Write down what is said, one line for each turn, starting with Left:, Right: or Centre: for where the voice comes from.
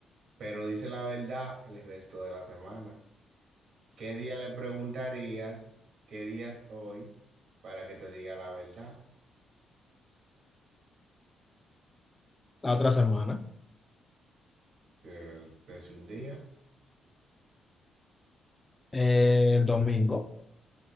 Right: pero dice la verdad el resto de la semana. ¿Qué día le preguntarías qué día es hoy para que te diga la verdad?
Left: La otra semana.
Right: Te, te dice un día.
Left: Eh, el domingo.